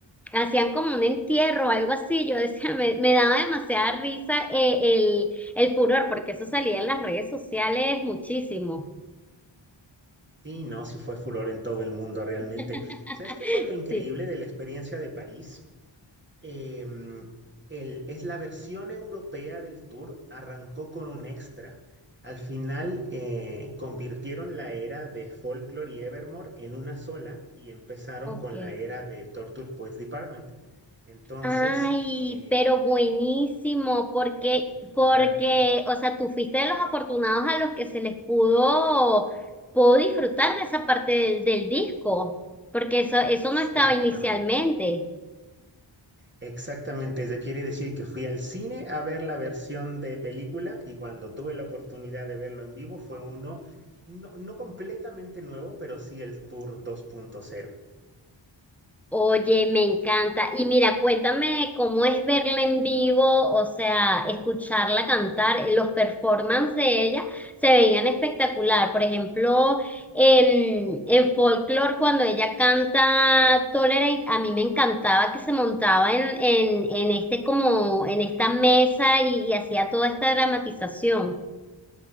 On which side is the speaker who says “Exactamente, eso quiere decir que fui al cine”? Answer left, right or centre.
Right